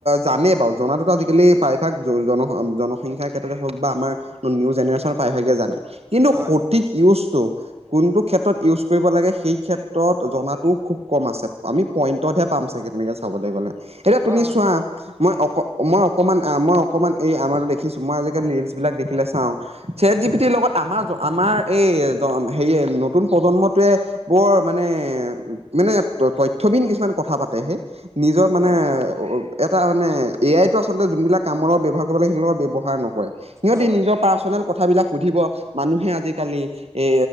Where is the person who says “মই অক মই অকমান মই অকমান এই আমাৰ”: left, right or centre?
Right